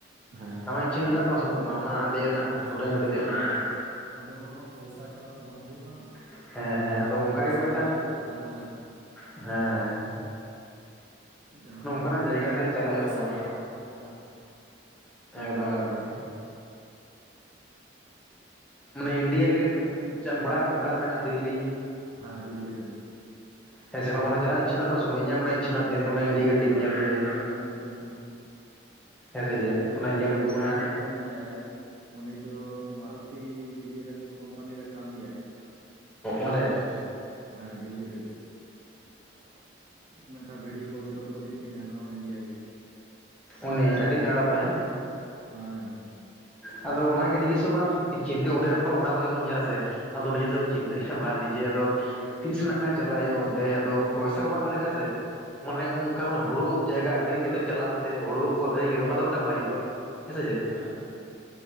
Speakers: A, on the right; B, in the centre.
A: ᱦᱮᱸ
B: ᱟᱢᱟᱜ ᱤᱪᱪᱷᱟᱹ ᱢᱮᱱᱟᱜ ᱛᱟᱢᱟ ᱥᱮ ᱱᱩᱜ ᱛᱟᱢᱟ ᱚᱱᱟ ᱫᱮᱡ ᱨᱮᱱᱟᱜ
A: ᱦᱮᱸ
B: ᱩᱰᱟᱹᱟᱹᱱ ᱜᱟᱹᱰᱤ
A: ᱪᱮᱫᱟᱜ
B: ᱫᱮᱡ ᱨᱮᱱᱟᱜ?
A: ᱵᱟᱝ ᱟᱫᱚ ᱚᱱᱟ ᱢᱟ ᱯᱚᱭᱥᱟ ᱪᱷᱟᱲᱟ ᱛᱚ ᱵᱟᱝ ᱦᱩᱭᱩᱜᱼᱟ
B: <unintelligible> ᱦᱮᱸ ᱦᱮᱸ
A: ᱢᱮᱱ ᱦᱩᱭᱩᱜ
B: ᱟᱫᱚ
A: ᱠᱟᱱᱟ
B: ᱚᱱᱠᱟ
A: ᱯᱚᱭᱥᱟ
B: ᱜᱮ ᱢᱤᱫ
A: ᱠᱟᱢᱟᱣ ᱦᱩᱭᱩᱜᱼᱟ ᱛᱟᱯᱚᱨᱮ
B: ᱦᱮᱸ ᱦᱮᱸ
A: ᱡᱟᱦᱱᱟᱜ
B: ᱚᱱᱠᱟᱱᱟᱜ
A: ᱜᱮ ᱱᱤᱛᱚᱜ
B: ᱡᱟᱭᱜᱟ
A: ᱫᱚ
B: ᱨᱮ ᱪᱟᱞᱟᱜ
A: ᱯᱚᱭᱥᱟ
B: ᱦᱩᱭᱩᱜ ᱛᱟᱵᱚᱱᱟ
A: ᱪᱷᱟᱲᱟ ᱵᱟᱝ ᱦᱩᱭᱩᱜ ᱠᱟᱱᱟ
B: ᱮᱠᱫᱚᱢ ᱮᱠᱫᱚᱢ ᱢᱟᱱᱮ ᱤᱱᱰᱤᱭᱟ ᱜᱮᱴ ᱪᱮ ᱟᱢ ᱵᱟᱲᱟᱭᱟᱢ ᱚᱠᱟᱨᱮ ᱢᱮᱱᱟᱜᱼᱟ ᱫᱤᱞᱞᱤ
A: ᱦᱮᱸ ᱫᱤᱞᱞᱤ ᱨᱮ
B: ᱦᱮᱸ ᱥᱮ ᱵᱟᱝ ᱚᱸᱰᱮ ᱪᱟᱞᱟᱜ ᱤᱪᱪᱷᱟᱹ ᱢᱮᱱᱟᱜ ᱛᱟᱢᱟ ᱥᱮᱵᱟᱝ ᱤᱧᱟᱹᱜ ᱢᱟᱱᱮ ᱪᱪᱷᱟᱹ ᱢᱮᱱᱟᱜ ᱛᱤᱧᱟ
A: ᱦᱮᱸ
B: ᱚᱱᱟ ᱤᱱᱰᱤᱭᱟ
A: ᱪᱮᱫᱟᱜ
B: ᱜᱮᱴᱤᱧ
A: ᱵᱟᱝ
B: ᱧᱮᱞ
A: ᱚᱸᱰᱮ
B: ᱟᱹᱜᱩᱭᱟ
A: ᱪᱟᱞᱟᱜ ᱨᱮᱱᱟᱜ ᱤᱪᱪᱷᱟᱹ ᱢᱮᱱᱟᱜᱼᱟ
B: ᱦᱮᱸ ᱥᱮ ᱪᱮᱫ
A: ᱚᱸᱰᱮ ᱦᱟᱸᱠᱷᱟᱱᱡ
B: ᱚᱱᱟ ᱧᱮᱞ
A: ᱟᱨᱚ
B: ᱟᱹᱜᱩ
A: ᱢᱤᱫᱴᱟᱝ
B: ᱚᱱᱟ
A: ᱵᱚᱠᱚᱧ ᱢᱮᱱᱟᱭᱟᱭ ᱩᱱᱤ ᱫᱚ ᱢᱟᱨᱳᱛᱤ ᱤᱭᱟᱹ ᱨᱮ ᱠᱚᱢᱯᱟᱱᱤ ᱨᱟ ᱠᱟᱹᱢᱤᱭᱟᱭ
B: ᱚᱸᱰᱮ <unintelligible>
A: ᱦᱮᱸ ᱫᱤᱞᱞᱤ ᱢᱮᱜ-ᱫᱫᱷᱟᱣ ᱵᱷᱤᱰᱭᱳ ᱠᱚᱞᱛᱮ ᱩᱫᱩᱜ ᱟᱹᱫᱧ ᱛᱟᱦᱮᱸᱜ-ᱟ ᱱᱚᱜᱼᱚᱭ ᱤᱱᱰᱤᱭᱟ ᱜᱮᱴ
B: ᱩᱱᱤ ᱟᱹᱰᱤ ᱛᱟᱬᱟ ᱛᱟᱭ
A: ᱦᱮᱸ
B: ᱟᱫᱚ ᱚᱱᱟᱜᱮ ᱱᱤᱡᱮᱥᱚᱵ ᱵᱟᱢ ᱪᱤᱱᱛᱟᱹᱜ ᱚᱱᱮ ᱡᱷᱚᱱ ᱚᱱᱟᱠᱚ ᱡᱚᱠᱷᱚᱱᱮᱢ ᱧᱮᱞᱟ ᱥᱮ ᱟᱫᱚ ᱱᱤᱡᱮᱥᱮᱢ ᱪᱤᱱᱛᱟᱹᱭᱟ ᱵᱟᱝ ᱱᱤᱡᱮ ᱟᱫᱚ ᱛᱤᱥ ᱱᱟᱜ ᱠᱷᱟᱱ ᱪᱟᱞᱟᱜ ᱦᱩᱭᱩᱜᱼᱟ ᱚᱱᱛᱮ ᱟᱫᱚ ᱯᱚᱭᱥᱟ ᱠᱚ ᱵᱟᱝ ᱛᱟᱸᱦᱮᱸ ᱞᱮᱱᱠᱷᱟᱱ ᱥᱮ ᱢᱟᱱᱮ ᱚᱱᱠᱟ ᱢᱟᱱᱮ ᱦᱩᱲᱩ ᱡᱟᱭᱜᱟ ᱟᱠᱷᱨᱤᱧ ᱠᱟᱛᱮᱢ ᱪᱟᱞᱟᱜ-ᱟ ᱚᱱᱛᱮ ᱦᱩᱲᱩ ᱠᱚ ᱟᱹᱠᱷᱨᱤᱧ ᱠᱟᱛᱮ ᱚᱱᱟ ᱫᱚ ᱢᱤᱫᱴᱟᱝ ᱵᱟᱝ ᱡᱩᱛᱩᱜᱼᱟ ᱦᱮᱸᱥᱮ ᱪᱮᱫ
A: ᱦᱮᱸ ᱦᱮᱸ